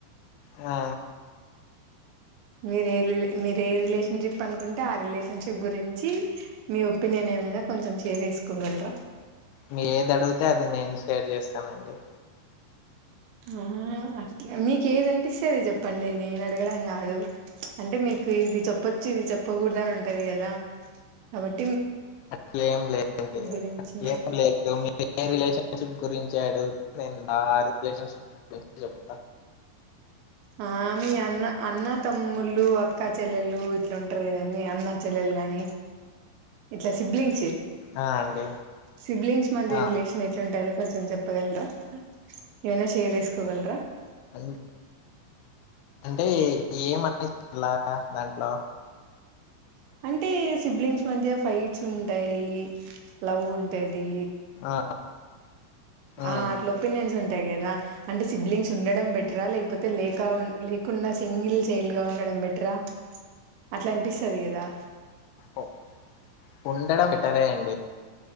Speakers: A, on the left; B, on the right.
A: ఆ
B: మీరు ఏ రి మీరు ఏ రిలేషన్షిప్ అనుకుంటే, ఆ రిలేషన్షిప్ గురించి మీ ఒపీనియన్ ఏమైనా కొంచెం షేర్ చేసుకోగలరా.
A: మీ ఏది అడిగితే అది నేను షేర్ చేస్తానండి
B: ఆహ అట్లా మీకు ఏదినిపిస్తే అది చెప్పండి. నేను అడగడం కాదు. అంటే మీకు ఇది చెప్పొచ్చు. ఇది చెప్పకూడదు అని ఉంటది కదా. కాబట్
A: అట్లేం లేదండి
B: గురించి
A: అట్లేం లేదు మీ రిలేషన్షిప్ గురించి అడుగు నేను నా రిలేషన్షిప్ గురించి చెప్
B: ఆ మీ అన్న అన్న తమ్ముల్లు, అక్కా చెల్లెలు ఇట్లా ఉంటరు కదండీ. అన్న చెల్లెలు గాని ఇట్ల సిబ్లింగ్స్.
A: ఆ అండి
B: సిబ్లింగ్స్ మధ్య
A: ఆ
B: రిలేషన్ ఎట్టుంటదో కొంచెం చెప్పగలరా ఏవైనా సేర్ చేస్కోగలరా
A: అన్ అంటే ఏమనే అలాగ దాంట్లో
B: అంటే సిబ్లింగ్స్ మధ్య ఫైట్స్ ఉంటాయి లవ్ ఉంటది దీ
A: ఆ ఉమ్
B: ఆ అట్ల ఒప్పి నేన్స్ ఉన్ యి కదా అంటే సిబ్లింగ్స్ ఉండడం బెటరా లేకపోతే, లేక ఉన్ లేకుండా సింగిల్ చైల్డ్ గా ఉండడం బెటరా, అట్ల అనిపిస్తది కదా.
A: ఒ ఉండడం బెటరే అండి